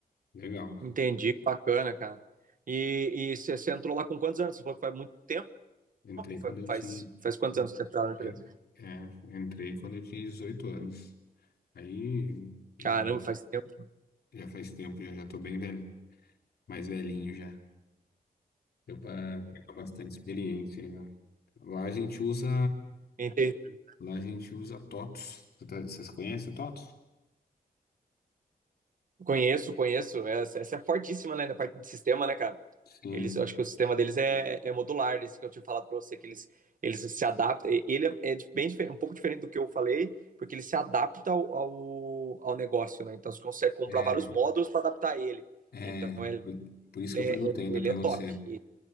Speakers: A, on the left; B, on the right.
A: Legal.
B: Entendi, bacana, cara. E, e você, você entrou lá com quantos anos? Você falou que faz muito tempo,
A: Entrei quando
B: faz,
A: eu
B: faz,
A: tinha,
B: faz quantos anos que você entrou lá na empresa?
A: en- é, entrei quando eu tinha 18 anos. Aí já,
B: Caramba, faz tempo.
A: já faz tempo, já já tô bem velho, mais velhinho já. Deu para pegar bastante experiência. né? Lá a gente usa,
B: Entendi.
A: lá a gente usa TOTS. Você tá- Vocês conhecem o TOTS?
B: Conheço, conheço. Essa, essa é fortíssima, né, na parte de sistema, né, cara?
A: Sim.
B: Eles, eu acho que o sistema deles é, é modular, esse que eu tinha falado pra você, que eles, eles se adaptam. E- Ele é, é de- bem difer- um pouco diferente do que eu falei, porque ele se adapta ao, ao, ao negócio, né? Então você consegue comprar
A: É,
B: vários módulos para adaptar ele.
A: é,
B: Então é
A: por por isso
B: é,
A: que eu perguntei
B: ele é,
A: ainda
B: ele
A: para
B: é
A: você
B: top. E-